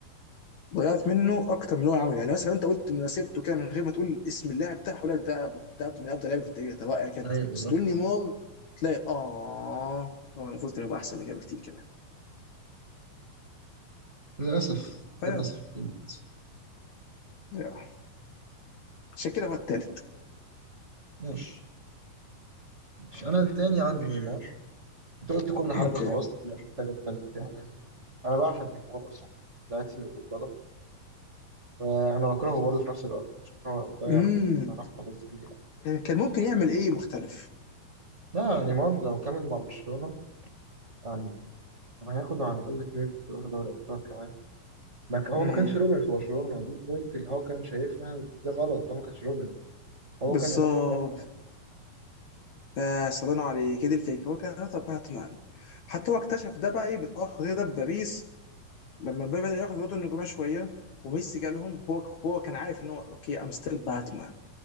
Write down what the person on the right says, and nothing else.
ايوه بالظبط
للاسف
للاسف بنت
ماشي ماشي انا التاني عندي نيمار انت قلت كل حاجة
خلاص مش محتاجة اتكلم تاني يعني أنا بعشق نيمار أصلا لعيبتي المفضلة وأنا بكرهه برضه في نفس الوقت عشان هو ضيع
علاقة حاجات كتير
لا نيمار لو كمل مع برشلونة يعني هياخد على الأقل اتنين أو تلاتة دوري أبطال كمان ما ك- هو
ما كانش روبن في برشلونة دي البوينت اللي هو كان شايفها ده غلط هو ما كانش روبن هو
كان أنظر باك مان